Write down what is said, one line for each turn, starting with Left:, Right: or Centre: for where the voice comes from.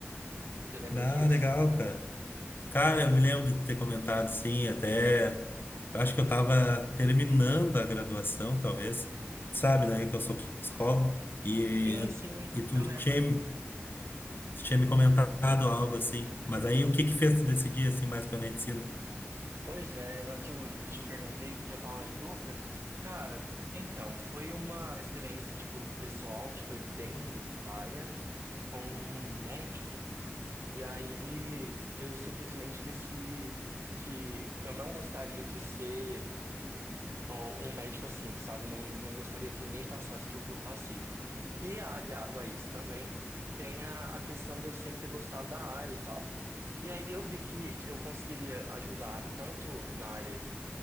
Right: Você lembra
Left: Ah,
Right: disso?
Left: legal, cara. Cara, eu me lembro de ter comentado, sim, até. eu Acho que eu tava terminando a graduação, talvez. Sabe, né? Que eu sou psicólogo. E,
Right: Sim, sim,
Left: e tu
Right: eu lembro
Left: tinha,
Right: que.
Left: Você tinha me comentado algo assim. Mas aí o que que fez tu decidir assim mais para medicina?
Right: Pois é, eu lembro que eu, eu te perguntei porque eu tava em dúvida. Cara, então, foi uma experiência, tipo, pessoal que foi bem paia com um médico. E aí eu simplesmente decidi que eu não gostaria de ser. ó, um médico assim, sabe? Não, não gostaria que ninguém passasse pelo que eu passei. E aliado a isso também, tem a, a questão de eu sempre ter gostado da área e tal. E aí eu vi que eu conseguiria ajudar tanto na área